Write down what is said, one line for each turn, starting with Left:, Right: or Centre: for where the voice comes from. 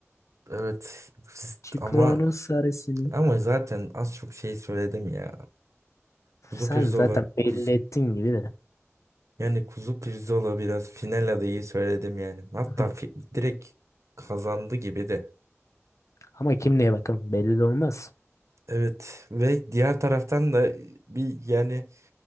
Right: Evet siz-
Left: Çipra'nın
Right: ama
Left: sarısını
Right: ama zaten az çok şey söyledim ya. Kuzu
Left: sen
Right: pirzola
Left: zaten belli
Right: kuzu.
Left: ettin gibi de.
Right: Yani kuzu pirzola biraz final adayı söyledim yani. Hatta
Left: <laughs>
Right: fi- direkt kazandı gibi de.
Left: Ama kim neye bakalım belli de olmaz.
Right: Evet ve diğer taraftan da bir yani